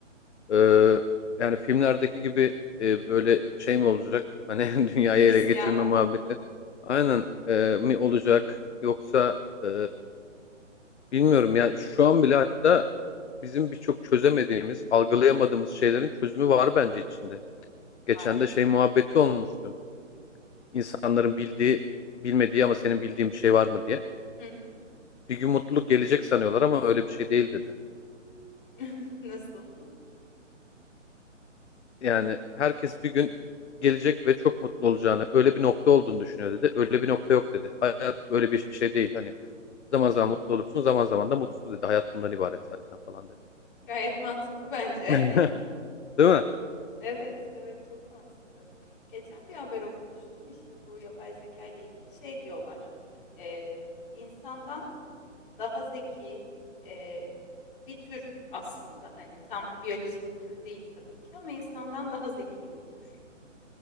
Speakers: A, on the left (about 40°); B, on the left (about 60°).
A: <laughs>
B: Ee,
A: Hı.
B: yani filmlerdeki gibi e, böyle şey mi olacak? Hani <laughs> dünyayı
A: İsyan
B: ele geçirme muhabbeti. Aynen e, mi olacak? Yoksa e, bilmiyorum ya. Şu an bile hatta bizim birçok çözemediğimiz, algılayamadığımız şeylerin çözümü var bence içinde. Geçen
A: var.
B: de şey muhabbeti olmuştu. İnsanların bildiği, bilmediği ama senin bildiğin bir şey var mı diye.
A: Hı hı.
B: Bir gün mutluluk gelecek sanıyorlar ama öyle bir şey değil dedi.
A: <laughs> Nasıl?
B: Yani herkes bir gün gelecek ve çok mutlu olacağını, öyle bir nokta olduğunu düşünüyor dedi. Öyle bir nokta
A: Aha.
B: yok dedi. Hayat böyle bir, bir şey değil. Hani zaman zaman mutlu olursun, zaman zaman da mutsuz dedi. Hayat bundan ibaret zaten falan dedi.
A: Gayet mantıklı bence.
B: <laughs>
A: <laughs>
B: Değil mi?
A: Evet, evet çok mantıklı. Geçen bir haber okumuştum. işte bu yapay zeka ile ilgili şey diyorlar. Ee, insandan daha zeki e, bir tür aslında. Hani tam biyolojik bir tür değil tabii ki ama insandan daha zeki bir tür.